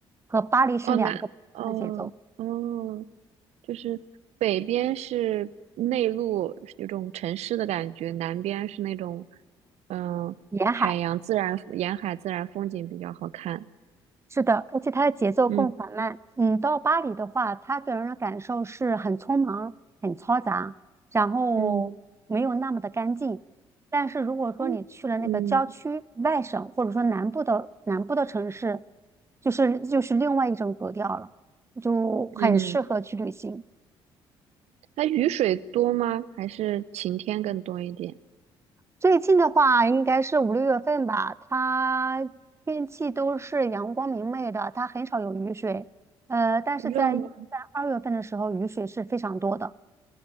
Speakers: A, on the right; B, on the right.
A: 和巴黎是两个不同的节奏。
B: 哦，难，哦哦，就是北边是内陆，是有种城市的感觉；南边是那种，嗯、
A: 沿海
B: 海洋自然、沿海自然风景比较好看。
A: 是的，而且它的节奏更缓慢。
B: 嗯
A: 嗯，到巴黎的话，它给人的感受是很匆忙、很嘈杂，然后没有那么的干净。
B: 嗯
A: 但是如果说你去了那个郊区、
B: 嗯嗯，
A: 外省或者说南部的南部的城市，就是就是另外一种格调了，就很适合去旅行。
B: 嗯，它雨水多吗？还是晴天更多一点？
A: 最近的话，应该是五六月份吧，它天气都是阳光明媚的，它很少有雨水。呃，但是在一在二月份的时候，
B: 热吗？
A: 雨水是非常多的。